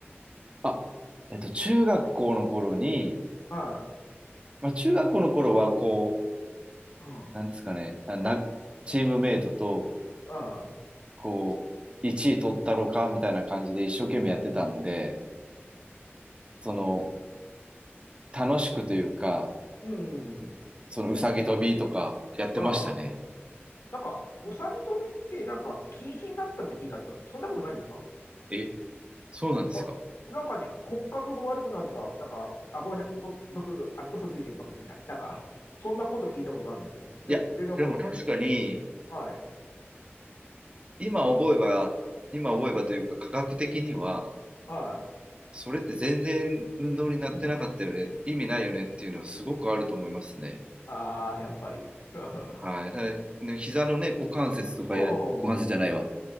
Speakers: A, on the right (about 25°); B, on the left (about 80°).
A: あ、えっと、中学校の頃に、
B: うん、
A: まあ、中学校の頃はこ
B: うん、うん、
A: う、なんですかね、あな、チームメイトと、
B: は
A: こう、1位取ったろかみたいな感じで一生懸命やってたんで、その、楽しくというか、
B: い。うん、うん。
A: そのうさぎ跳びとかやってましたね。
B: なんか、うさぎ跳びってなんか禁止になったって聞いたんですけど、そんなことないんですか
A: え、そうなんですか。
B: あ、なんかね、骨格が悪くなるとか、なんか、あ、ごめんなさい。僕、僕、あの、嘘ついてるかもしれない。なんか、そんなこと聞いたことあるんですよ。で、
A: いや、
B: で、だから、
A: でも確かに、
B: はい。
A: 今覚えば、
B: うん、
A: 今覚えばというか、
B: うん、
A: 科学的には、
B: は
A: それって全然運動になってなかったよね、
B: い。うん。
A: 意味ないよねっていうのはすごくあると思いますね。
B: ああ、やっぱり。<laughs>
A: はい。だからね、膝のね、股関節とかや、
B: うん。
A: 股関節じゃないわ。